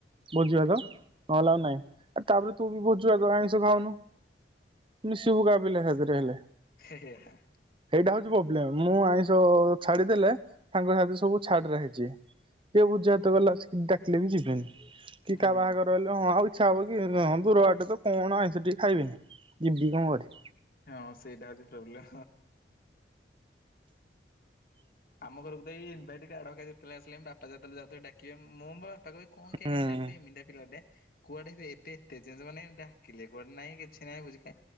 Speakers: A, on the right; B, on the left.
A: ବୁଝିବା ତ ନଲା ଆଉ ନାଇଁ। ଆ ତାପରେ ତୁ ବି ବହୁତଛୁ ଆଇିଷ ଖାଉନୁ। ତ ଶୁୁଗ ବିିଲ ହେ ଯୋ ହ ହେଲେ
B: ହିଁ ହିଁ।
A: ଏଇଟା ହଉଛି ପ୍ରୋବ୍ଲେମ ମୁଁ ଆଇଁଷ ଛାଡିଦେଲେ। ତାଙ୍କ ସାଥି ସବୁ ଛାଡରେ ହେଇଛି। କିଏ ବୁଜା ହାତ ଗଲା ଡାକିଲେ। ବି ଯିବେନି କି
B: ହୁଁ
A: କାହା ବାହାଘର ରହିଲେ ହଁ ଆଉ ଇଚ୍ଛା ହବ କିଁ ଦୂର ବାଟେ ତ କଣ ଆଇଁଷ ଟିକେ ଖାଇବେନି ଯିବି କଣ କରି
B: ହଁ ସେଇଟାଜି ପ୍ରୋବ୍ଲେ। ଆମ ଘରକୁ ଏଇନଭାଇଟ କାଡ ଆସିଲଣି ବାପାତବେ ଯାଉଥିବେ ଡ଼ା ମୁଁ ବାପା କହିବେ କଣ କେଜାଣି
A: ହୁଁ
B: ଏମିତିଆ ପିଲାଟେ। କୁଆଡେ ହ ଏବେ ଏତେ ଯେ ମାନେ ଡାକିଲେ କୁଆଡେ ନାଇଁ କିଛି ନାଇଁ ବୁଝି